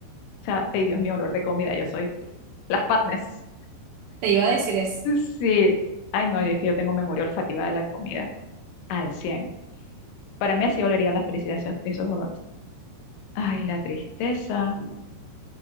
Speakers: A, on the left (about 85°); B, on the right (about 80°).
A: O sea, ay Dios mío, olor de comida, yo soy las fatness.
B: Te iba a decir eso.
A: Sí, ay no, yo es que yo tengo memoria olfativa de la comida al 100. Para mí así olería la felicidad esos, esos olores. Ay, la tristeza.